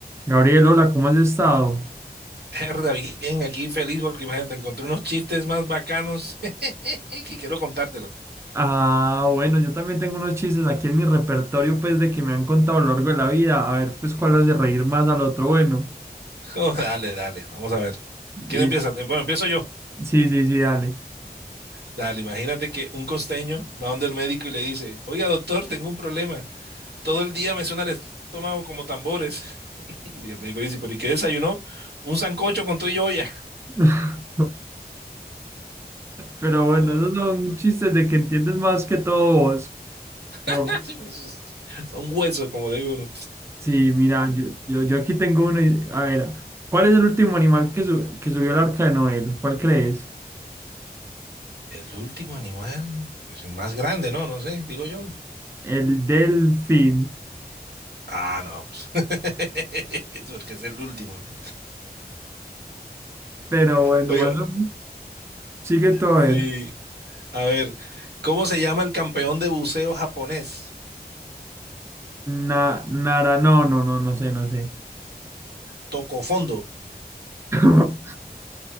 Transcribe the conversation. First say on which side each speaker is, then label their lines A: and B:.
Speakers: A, on the right; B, on the right.
A: Gabriel, hola, ¿cómo has estado?
B: Herda, bien, aquí feliz porque imagínate, encontré unos chistes más bacanos <laughs> que quiero contártelos. <laughs>
A: Ah, bueno, yo también tengo unos chistes aquí en mi repertorio, pues, de que me han contado a lo largo de la vida. A ver, pues, cuál hace reír más al otro. Bueno,
B: Oh, dale, dale, vamos a ver.
A: y-
B: ¿Quién empieza?
A: sí,
B: Bueno, empiezo yo.
A: sí, sí, dale.
B: Dale, imagínate que un costeño va donde el médico y le dice, oiga, doctor, tengo un problema. Todo el día me suena el estómago como tambores. <laughs> Y el médico le dice, ¿pero y qué desayunó? Un sancocho con todo y olla. <laughs>
A: <laughs> Pero bueno,
B: No,
A: esos son
B: no,
A: chistes de que entiendes más que todo vos. Por-
B: <laughs> sí, pues, es- son huesos, como le digo uno.
A: Sí, mira, yo, yo, yo aquí tengo uno. y- A ver, ¿cuál es el último animal que, su- que subió al arca de Noé? ¿Cuál crees?
B: El último animal, pues el más grande, ¿no? No sé, digo yo.
A: El delfín.
B: Ah, no, pues. <laughs> Porque es el último, ¿no?
A: Pero bueno,
B: Oye,
A: más o menos, sigue todo
B: sí.
A: a ver.
B: A ver, ¿cómo se llama el campeón de buceo japonés?
A: Na, Nara, no, no, no, no sé, no sé.
B: Toco fondo.
A: <laughs>